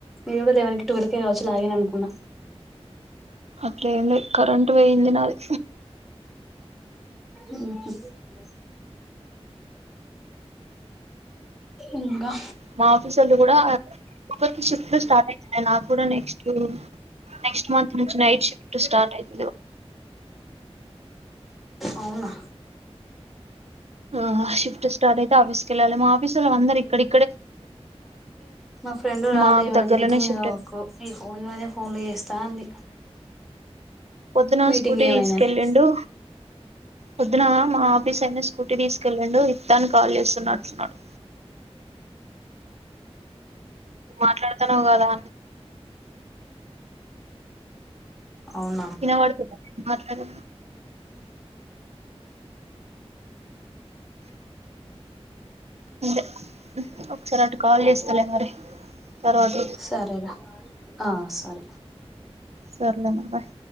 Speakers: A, in the centre; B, on the right.
A: మీరు కూడా లేవనికి టువలికే కావచ్చు లాగిన్ అనుకున్నా.
B: అట్లేం లేదు కరెంట్ పోయింది నాది
A: మ్మ్ హ్మ్ ఇంగా
B: మా ఆఫీసోళ్లు కూడా ఒకోరికి షిఫ్ట్ లు స్టార్ట్ అయితున్నాయి నాకు కూడా నెక్స్ట్ నెక్స్ట్ మంత్ నుంచి నైట్ షిఫ్ట్ స్టార్ట్ అయితు
A: అవునా
B: ఆ షిఫ్ట్ స్టార్ట్ అయి ఆఫీస్ కెళ్ళాలి మా ఆఫీసోల్లందరం ఇక్కడి
A: మా ఫ్రెండ్ రాల
B: మాకు
A: ఇవాళ
B: దగ్గరలోనే
A: మీటింగ్
B: షిఫ్ట్ అయి
A: కు ఈ ఫోన్ మీద ఫోన్లు చేస్తాంది
B: పొద్దున
A: మీటింగ్
B: స్కూటీ
A: ఏమైందని
B: తీసుకెళ్లిండు పొద్దున మా ఆఫీస్ ఆయిన స్కూటీ తీసుకెళ్ళిండు ఇత్తా అని కాల్ చేస్తున్నట్టున్నాడు మాట్లాడుతన్నావు కదా
A: అవును
B: ఇన పడుతుందా నేను మాట్లాడేది అంటే ఒకసారి అటు కాల్ చేస్తలే మరి తర్వాత
A: సరేరా ఆ సరే
B: సర్లే మరి బాయ్